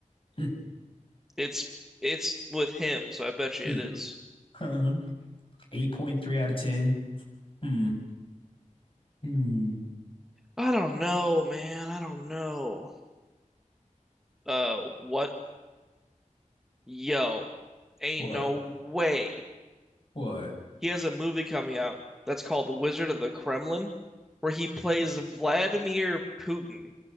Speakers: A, on the left; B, in the centre.
A: Hmm.
B: it's it's with him, so I bet you
A: Yeah.
B: it is.
A: Um, 8.3 out of 10. Hmm. Hmm.
B: I don't know, man. I don't know. Uh, what? Yo, ain't
A: What?
B: no way
A: What?
B: He has a movie coming out that's called The Wizard of the Kremlin, where he plays Vladimir Putin.